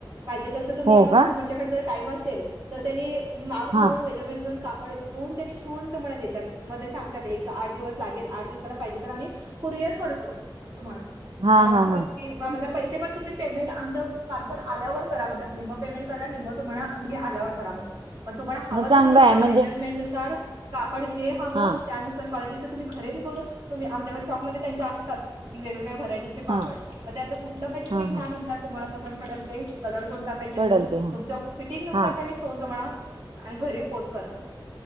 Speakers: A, on the right; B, on the right.
A: पाहिजे तसं तुम्ही
B: हो
A: मग
B: का
A: तुमच्याकडे जरं टाईम असेल तर त्यांनी माप घेऊन
B: हा
A: मेजरमेंट घेऊन ते कापड घेऊन शिवून तुम्हाला देतात मं सांगतात एक आड दिवस लागेल आड दिवसांन पाहिजे तर आम्ही कुरिअर करतो तुम्हाला
B: हा
A: ऍडव्हान्स
B: हा
A: दाखव
B: हा
A: कि म पैसे पण तुम्ही पेमेंट आमचं पार्सल आल्यावर करा म्हणत्यात निम्म पेमेंट करा निम्म तुम्हाला आम्ही आल्यावर करा म्हणतात पण तुम्हाला हवं
B: मग चांगलं
A: तसं तुमच्या
B: आहे म्हणजे
A: मेजरमेंट नुसार कापड जे हवं
B: हा
A: त्यानुसार कॉलिटीचं तुम्ही खरेदी करून तुम्ही आमच्याकडे शॉपमध्ये त्यांच्या असतात कि वेगवेगळे व्हरायटी चे कापड
B: हा
A: म त्यातलं कुठलं पाहिजे
B: हा
A: ते
B: हा
A: घ्या म्हण तुम्हाला पसंत पडल ते कलर कोणता पाहिजे
B: पडल
A: तो
B: ते हा
A: तुमच्या फिटिंग नुसार
B: हा
A: त्यांनी शेवून तुम्हाला घरी पोच करतात